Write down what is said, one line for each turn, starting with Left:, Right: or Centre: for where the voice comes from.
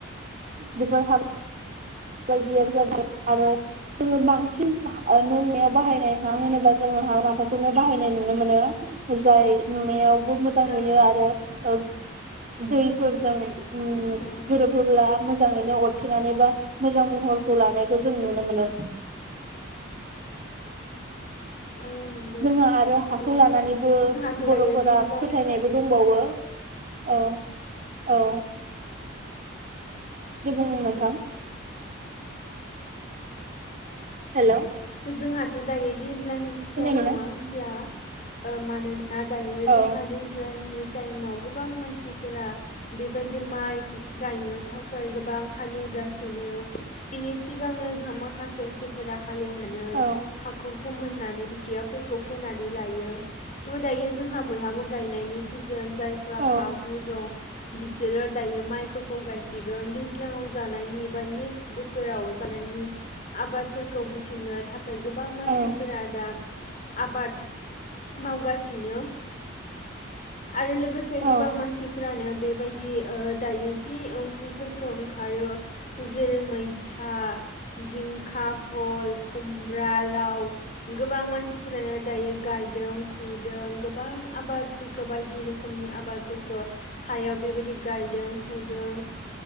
Right: बेफोर हा बे बायदियानो ज आरो जोङो बांसिन न'नायाव बाहायनाय हां होनोब्ला जोङो हां माथाखौनो बाहायनाय नुनो मोनो जाय नुनायाव बुद मोजां
Left: औ
Right: नुयो
Left: नंगौ
Right: आरो ओ दैफोरजों उ
Left: औ
Right: गोरोबहोब्ला मोजाङैनो अरथेनानै बा मोजां महरखौ लानायखौ जों नुनो मोनो।
Left: औ नंगौ
Right: जोंहा आरो हाखौ
Left: ओ
Right: लानानैबो
Left: जोंहाथ'
Right: बर'फोरा
Left: दायो दैज्लां
Right: फोथायनाय दंबावो औ औ दे बुं नोंथां। हेलौ।
Left: जोंहाथ' दायोदि दैज्लांनि
Right: खोनायाखैना
Left: टाइम नङा होनब्ला ओ मानो ना दायो
Right: औ
Left: जोंहा दैज्लांनि टाइमाव गोबां मानसिफोरा बेबायदि माइ गायनो थाखाय गोबां हालेवगासिनो बिनि सिगांनो जों माखासे मानसिफोरा हालेव नै
Right: औ
Left: हाखु फुम होननानै खोथियाफोरखौ फोनानै लायो थ' दायो जोंहा बयहाबो गायनायनि सिजोन जायफ्रा
Right: औ
Left: हा हु दं बिसोरो दायो माइफोरखौ गायसिगोन दैज्लाङाव जानायनि बा नेक्स्ट बोसोराव जानायनि आबादफोरखौ बु थुमनो थाख खोयै गोबां मानसिफोरा
Right: औ
Left: दा आबाद मावगासिनो आरो लोगोसे
Right: औ
Left: गोबां मानसिफ्रानोब बेबायदि ओ दायो जि ओंख्रिफोरखौ ओंखारो जेरै मैथा दिंखा फल खुमब्रा लाव गोबां मानसिफोरानो दायो गायदों खुदों गोबां आबादफोरखौ बायदि रोखोमनि आबादफोरखौ हायाव बेबायदि गायदों खुदों